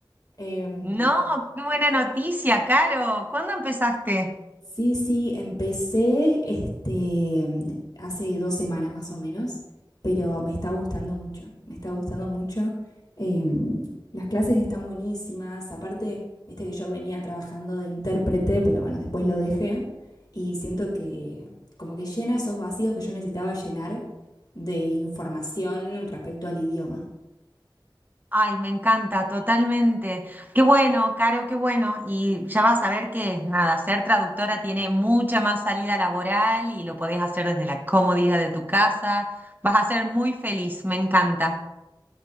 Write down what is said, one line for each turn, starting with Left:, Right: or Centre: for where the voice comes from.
Left: Eh,
Right: No, qué buena noticia, Caro. ¿Cuándo empezaste?
Left: Sí, sí, empecé este, hace dos semanas más o menos, pero me está gustando mucho, me está gustando mucho. Em, las clases están buenísimas, aparte, viste que yo venía trabajando de intérprete, pero bueno, después lo dejé y siento que como que llena esos vacíos que yo necesitaba llenar de información respecto al idioma.
Right: Ay, me encanta, totalmente. Qué bueno, Caro, qué bueno. Y ya vas a ver que, nada, ser traductora tiene mucha más salida laboral y lo podés hacer desde la comodidad de tu casa. Vas a ser muy feliz, me encanta.